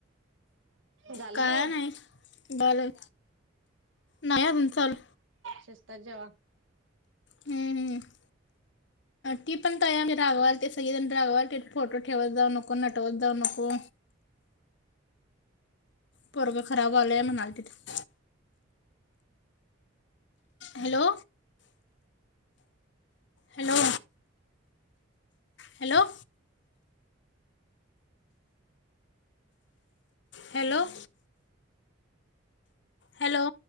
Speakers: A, on the right; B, on the left.
A: झालं
B: काय
A: जेवन?
B: नाही झालं नाही अजून चालू
A: शीस्तता जेव्हा.
B: हम्मं -हम्म. ती पण काय आहे रागावर ते सगळेण रागाववर फोटो ठेवत जाऊ नको नटवत जाऊ नको. पोरग खराब व्हायला म्हणाल तिथे. Hello. Hello. Hello. Hello. Hello.